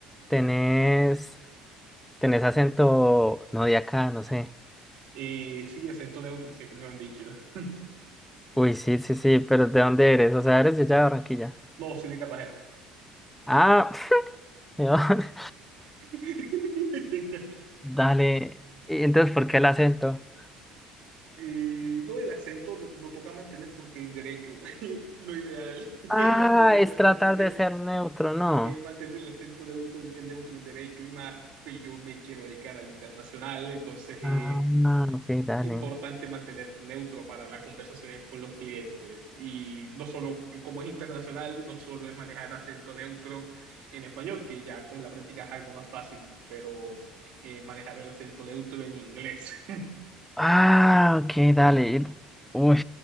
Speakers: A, in the centre; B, on the right.
A: tenés, tenés acento, no de acá, no sé.
B: Eh, sí, acento neutro, siempre me han dicho. <laughs>
A: Uy, sí, sí, sí, pero ¿de dónde eres? O sea, eres de allá de Barranquilla.
B: No, soy de Cartagena.
A: Ah, <laughs> ¿de dónde?
B: <laughs>
A: Dale. ¿Y entonces por qué el acento?
B: Eh, no, el acento lo, lo toca mantener porque en derecho <laughs> lo ideal
A: Ah,
B: es mantener
A: es
B: un acento
A: tratar
B: neutro,
A: de ser neutro, ¿no?
B: es mantener el acento neutro en, en neutro en derecho y más, pues yo me quiero dedicar al internacional, entonces es
A: Ah, no, ok, dale.
B: importante mantener neutro para las conversaciones con los clientes. Y no solo, y como es internacional, no solo es manejar acento neutro en español, que ya con la práctica es algo más fácil, pero eh, manejar el acento neutro en inglés. <laughs>
A: Ah, ok, dale. Uy,